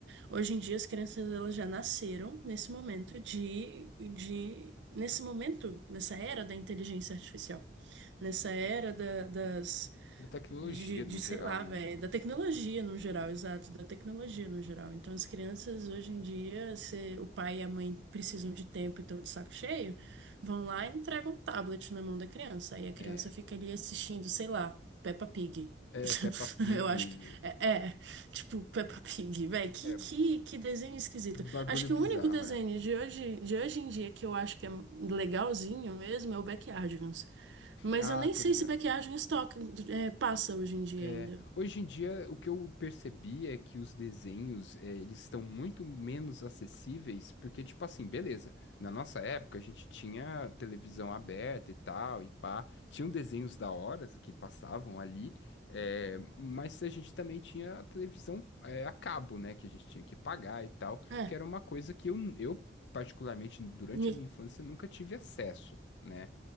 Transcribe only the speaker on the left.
Da tecnologia
no
geral,
né?
É,
é Peppa
Pig,
é
bagulho
bizarro,
é.
Ah,
tô
ligado.
É,
hoje em dia, o que eu percebi é que os desenhos, é, eles estão muito menos acessíveis, porque, tipo assim, beleza, na nossa época a gente tinha televisão aberta e tal, e pá, tinham desenhos da hora que passavam ali, é, mas a gente também tinha a televisão, é, a cabo, né, que a gente tinha que pagar e tal,
que era uma coisa que eu, eu particularmente, durante
a minha infância, nunca tive acesso. né?